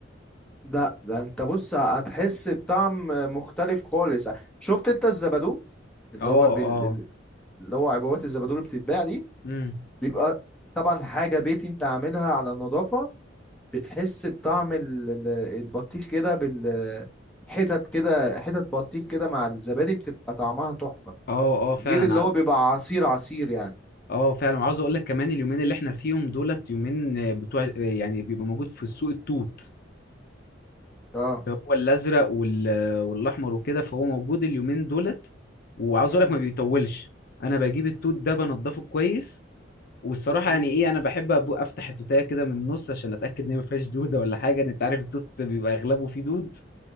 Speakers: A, in the centre; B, on the left (about 55°).
A: لا ده انت بص هتحس بطعم مختلف خالص شفت انت الزبادو اللي
B: اه
A: هو بال-
B: اه
A: اللي هو عبوات الزبادو اللي بتتباع دي
B: امم
A: بيبقى طبعا حاجة بيتي انت عاملها على النظافة بتحس بطعم ال- ال- البطيخ كده بالحتت كده حتت بطيخ كده مع الزبادي بتبقى طعمها تحفة
B: اه اه فعلا
A: غير اللي
B: ع-
A: هو بيبقى عصير عصير يعني
B: اه فعلا وعاوز اقول لك كمان اليومين اللي احنا فيهم دولت يومين آه، بتوع آه، يعني بيبقى موجود في السوق التوت
A: اه
B: هو الازرق وال... آه، والاحمر وكده فهو موجود اليومين دولت وعاوز
A: امم
B: اقول لك ما بيطولش انا بجيب التوت ده بنضفه كويس والصراحه
A: امم
B: يعني ايه انا بحب أبو افتح التوتايه كده من النص عشان اتاكد ان هي ما فيهاش دوده ولا حاجه إن انت عارف التوت بيبقى اغلبه فيه دود